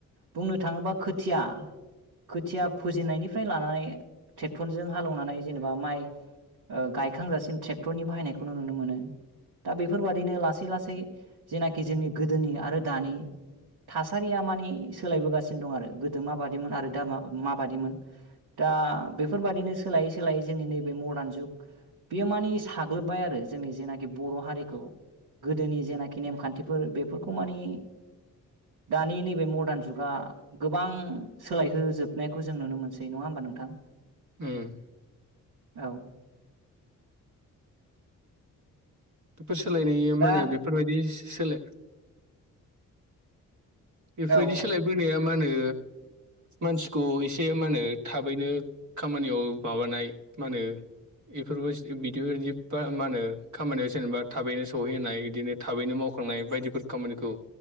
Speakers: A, on the right; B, on the right.
A: बुंनो थाङोबा खोथिया-खोथिया फोजेननायनि फाय लानानै ट्रेक्टरजों हालेवनानै जेनेबा माइ गायखांजासिम ट्रेक्टरनि बाहायनायखौ नुनोमोनो दा बेफोरबादिनो लासै लासै जेनाखि जोंनि गोदोनि आरो दानि थासारिया मानि सोलायबोगासिनो दंआरो गोदो माबादिमोन आरो दा मा माबादिमोन। दा बेफोरबादिनो सोलायै-सोलायै जोंनि नैबे मदार्न जुग बेयो मानि साग्लोबबायआरो जोंनि जेनाखि बर'हारिखौ गोदोनि जेनाखि नेमखान्थिफोर बेफोरखौ मानि दानि नैबे मडार्न जुगा गोबां सोलायहोजोबनायखौ जों नुनो मोनसै। नंङा होमबा नोंथां।
B: उम
A: औ
B: फोर सोलायनाय यो
A: दा
B: माने बेफोरबायदि सोलो बेफोरबायदि
A: औ
B: सोलायबोनाया माहोनो मानसिखौ इसे माहोनो थाबैनो खामानियाव माबानाय माहोनो इफोरबास बिदिबादिब माहोनो खामानियाव जेनेबा थाबैनो सहैहोनाय इदिनो थाबैनो मावखांनाय बायदिफोर खामानिखौ